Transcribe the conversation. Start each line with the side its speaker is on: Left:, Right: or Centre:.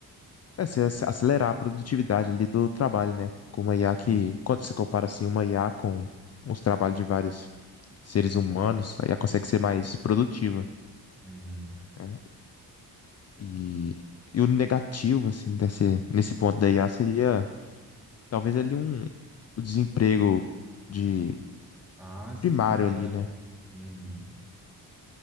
Left: é, se ac- acelerar a produtividade ali do trabalho, né? Com uma IA
Centre: Sim.
Left: que, quando você compara assim, uma IA com os trabalhos de vários seres humanos, a IA consegue ser mais produtiva,
Centre: Uhum.
Left: né? E, e o negativo, assim, desse, nesse ponto da IA seria talvez ali um, o desemprego de
Centre: Ah, sim,
Left: primário
Centre: verdade.
Left: ali, né?
Centre: Uhum.